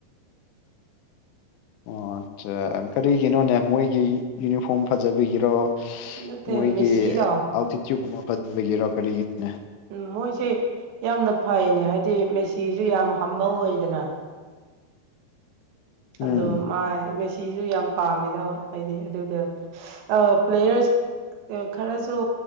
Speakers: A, on the left (about 90°); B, on the right (about 90°).
A: ꯑꯣ ꯑꯠꯆꯥ ꯀꯔꯤꯒꯤꯅꯣꯅꯦ ꯃꯣꯏꯒꯤ ꯌꯨꯅꯤꯐꯣꯔꯝ ꯐꯖꯕꯤꯒꯤꯔꯣ꯫
B: ꯅꯠꯇꯦ
A: ꯃꯣꯏꯒꯤ
B: ꯃꯦꯁꯤꯗꯣ
A: ꯑꯜꯇꯤꯇ꯭ꯌꯨꯠ ꯀꯨꯝꯕ ꯐꯖꯕꯒꯤꯔꯣ ꯀꯔꯤꯒꯤꯅꯣꯅꯦ꯫
B: ꯎꯝ ꯃꯣꯏꯁꯤ ꯌꯥꯝꯅ ꯐꯩꯅꯦ ꯍꯥꯏꯗꯤ ꯃꯦꯁꯤꯁꯨ ꯌꯥꯝ ꯍꯝꯕꯜ ꯑꯣꯏꯗꯅ꯫
A: ꯎꯝ
B: ꯑꯗꯣ ꯃꯥꯏ ꯃꯦꯁꯤꯁꯨ ꯌꯥꯝ ꯄꯥꯝꯃꯦꯗ ꯑꯩꯗꯤ ꯑꯗꯨꯒ ꯑꯥ ꯄ꯭ꯂꯦꯌꯔꯁ ꯎꯝ ꯈꯔꯁꯨ